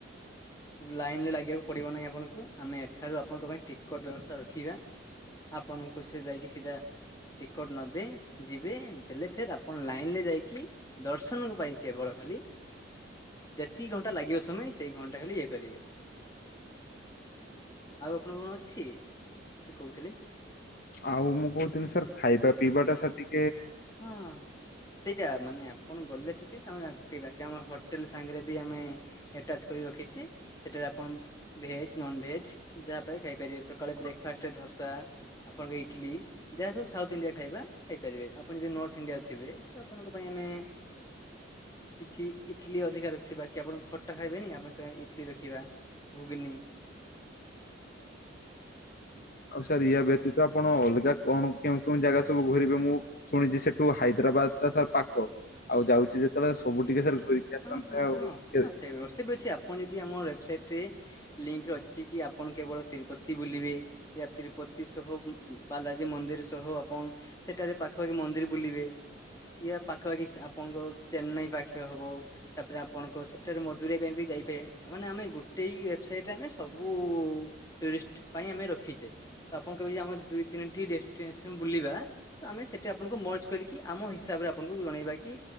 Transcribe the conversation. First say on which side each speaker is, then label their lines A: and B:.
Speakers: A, on the left; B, on the left.
A: ଲାଇନ ରେ ଲାଗିବାକୁ ପଡିବ ନାହିଁ ଆପଣଙ୍କୁ। ଆମେ ଏଠାରେ ଆପଣଙ୍କ ପାଇଁ ଟିକଟ ବ୍ୟବସ୍ଥା ରଖିବା। ଆପଣଙ୍କୁ ସେ ଯାଇକି ସିଧା ଟିକଟ ନବେ, ଯିବେ। ଦେଲେ ଫେର ଆପଣ ଲାଇନରେ ଯାଇକି ଦର୍ଶନଙ୍କ ପାଇଁ କେବଳ ହେଲି। ଯେତିକି ଘଣ୍ଟା ଲାଗିବ ସମୟ ସେଇ ଘଣ୍ଟା ଖାଲି ଇଏ କରିବେ। ଆଉ ଆପଣ କଣ ଅଛି? ସେ କହୁଥିଲେ।
B: ଆଉ ମୁଁ କହୁଥିଲି। ସାର୍ ଖାଇବା, ପିଇବା ଟା ସାର୍ ଟିକ
A: ହଁ ସେଇଟା, ମାନେ ଆପଣ ଗଲେ ସେ ଠି, ଆଡ ପକେଇବା। ତାଙ୍କ ହୋଟେଲ ସାଙ୍ଗରେ ବି ଆମେ, ଆଟାଚ୍ କରି ରଖିଛେ। ସେଠାରେ ଆପଣ ଭେଜ୍, ନନଭେଜ୍ ଯାହା ପାଇବେ ଖାଇପାରିବେ। ସକାଳେ ବ୍ରେକଫାଷ୍ଟ ରେ ଧୋସା, ଆପଣଙ୍କ ଇଟଲି ଯାହା ସବୁ ସାଉଥ ଇଣ୍ଡିଆ, ଖାଇବା ଖାଇପାରିବେ ଆପ ଆପଣ ଯଦି ନର୍ଥ ଇଣ୍ଡିଆରେ ଥିବେ। ତ ଆପଣଙ୍କ ପାଇଁ ଆମେ କିଛି ଇଟଲି ଅଧିକା ରଖିଥିବା। କି ଆପଣ ଖଟା ଖାଇବେନି ଆପଣ ସେ ଇଟଲି ରଖିବା ଗୁଗୁନି।
B: ଆଉ ସାର୍ ୟା ବ୍ୟତୀତ। ଆପଣ ଅଲଗା କଣ, କେଉଁ କେଉଁ, ଜାଗା ସବୁ ଘୁରିବେ? ମୁଁ ଶୁଣିଛି ସେଠୁ ହାଇଦ୍ରା ବାଦ୍, ଟା ସାର୍ ପାଖ। ଆଉ' ଯାଉଛି ଯେତେବେଳେ ସବୁ ଟିକେ ସାର୍ ଘୁରିକି ଆସିଥାନ୍ତେ
A: ହଁ, ହଁ,
B: ଆଉ।
A: ହଁ,
B: କେ-
A: ହଁ। ସେ ବ୍ୟବସ୍ଥା ବି ଅଛି। ଆପଣ ଯଦି ଆମ ୱେବସାଇଟ ରେ ଲିଙ୍କ ଅଛି କି ଆପଣ କେବଳ ତିରୁପତି ବୁଲିବେ ୟା ତିରୁପତି ସହ ବାଲାଜୀ ମନ୍ଦିର ସହ ଆପଣ ସେଠାରେ ପାଖାପାଖି ମନ୍ଦିର ବୁଲିବେ ଇୟା ପାଖପାଖି ଆପଣଙ୍କ ଚେନ୍ନାଇ ପାଖେ ହବ। ତାପରେ ଆପଣଙ୍କ ସେଠାରେ ମଧୁର ପାଇଁ ବି ଗାଇବେ ମାନେ ଆମେ ଗୋଟେ ୱେବସାଇଟରେ ଆମେ ସବୁ ଟୁରିଷ୍ଟ ପାଇଁ ଆମେ ରଖିଚେ ତ ଆପଣ କହିବେ ଆମ ଦୁଇ ତିନି ଟି ଡେଷ୍ଟିନେସନ ବୁଲିବା ତ ଆମେ ସେଠି ଆପଣଙ୍କୁ ମର୍ଚ କରିକି ଆମ ହିସାବରେ ଆପଣଙ୍କୁ ଜଣେଇବା କି